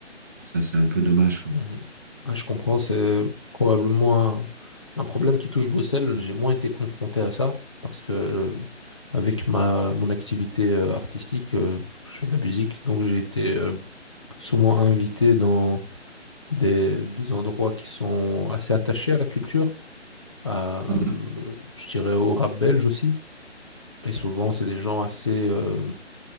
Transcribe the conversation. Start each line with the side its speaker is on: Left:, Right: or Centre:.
Right: Et ça, c'est un peu dommage, quoi.
Left: mhm. Ouais, je comprends, c'est probablement un, un problème qui touche Bruxelles. J'ai moins été confronté à ça parce que, euh, avec ma, mon activité euh, artistique, euh, je fais de la musique, donc j'ai été euh, souvent invité dans des, des endroits qui sont assez attachés à la culture. à,
Right: Mhm.
Left: euh, je dirais au rap belge aussi. Et souvent, c'est des gens assez, euh,